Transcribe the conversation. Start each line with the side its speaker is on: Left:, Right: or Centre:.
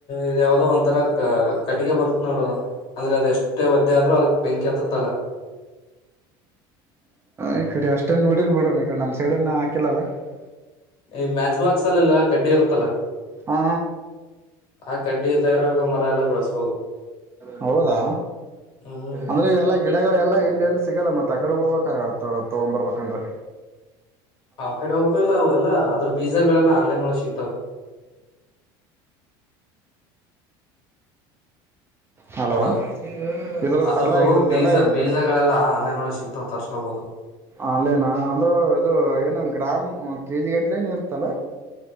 Left: ಇದ್ ಯಾವದೋ ಒಂಥರ ಕ ಕಟ್ಟಿಗೆ ಬರುತ್ ನೋಡು ಅಂದ್ರೆ ಅದ ಎಷ್ಟ್ ಮಷ್ಟೆ ಒದ್ದೆ ಆದ್ರು ಅದಕ್ ಬೆಂಕಿ ಹತ್ತತ್ತಲ್ಲ
Right: ಈ ಕಡೆ ಅಷ್ಟನ್ ನೋಡಿಲ್ ಬಿಡೋಣ ಈ ಕಡೆ ನಮ ಸೈಡ್ನ್ನ ಹಾಕಿಲ್ಲಲ್ಲ <unintelligible>
Left: ಈ ಮ್ಯಾಚ್ ಬಾಕ್ಸ್ ಅಲ್ಲಲ್ಲ ಕಡ್ಡಿ ಇರುತ್ತಲ್ಲ
Right: ಹಾ
Left: ಆ ಕಡ್ಡಿ ತಯಾರಾಗ ಮರ ಎಲ್ಲ ಬೆಳಸ
Right: ಹೌದಾ
Left: ಹ್ಮ್
Right: ಅಂದ್ರೆ ಇವೆಲ್ಲಾ ಗಿಡಗಳೆಲ್ಲಾ ಇಲ್ಲಲ್ಲಿ ಸಿಗಲ್ಲ ಮತ್ತ ಆಕಡೆ ಹೋಗ್ಬೇಕ ತ ತಗೊಂಡ್ ಬರ್ಬೇಕಂದ್ರೆ
Left: ಅವ ಕಡೆ ಹೋಗಬೇಕು ಎಲ್ಲ ಅವರು <unintelligible> ಎಲ್ಲ ಅದ್ರ ಬೀಜಾಗಳೆಲ್ಲ ಆನ್ಲೈನ್ ಒಳಗ ಸಿಗ್ತಾವ
Right: ಹಲೋ
Left: ಅಲೋ
Right: ಇದ್ರ
Left: ಅದ್ರದ್ದು
Right: ಅಲ್ಲ ಇದ್ರದ್
Left: ಬೀಜ
Right: ಎಲ್ಲ
Left: ಬೀಜಗಳೆಲ್ಲ
Right: ಗಡ
Left: ಆನ್ಲೈನ್ ಒಳಗ್ ಸಿಗ್ತಾವ್ ತರ್ಸ್ಕೋಬಹುದು
Right: ಅಲ್ಲಿನಾ ಅಂದ್ರೆ ಇದು ಏನು <unintelligible> ಗ್ರಾಮ್ ಕೆಜಿ ಗಟ್ಲೆ ನು ಇರುತ್ತಲ್ಲ